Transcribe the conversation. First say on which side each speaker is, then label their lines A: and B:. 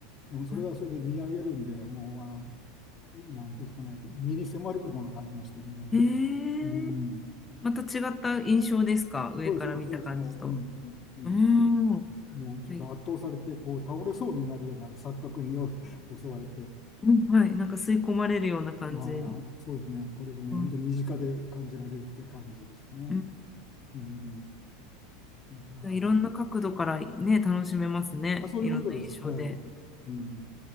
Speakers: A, on the left; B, on the left.
A: でも、それはそれで見上げるんで、
B: な
A: もう、あの、なんていうんですかね、身に迫るものがありましたよ、もう本当に。
B: えー、
A: うん。
B: また違った印象ですか上から見た感じと。
A: そうですそうですそうです、もう、うん、うん、
B: うーん。は
A: もうちょっと圧倒されて、
B: い
A: こう倒れそうになるような錯覚に <laughs> 襲われて、
B: うん、はい。なんか吸い込まれるような感じ
A: まあ、そうですね、これがもう本当に身近で感じられるって感じですかね。
B: うんうん
A: うん、いやーま
B: じゃあいろんな角度からね、楽しめますね。
A: あ、そういうことです。
B: いろんな印象で。
A: はい。うん、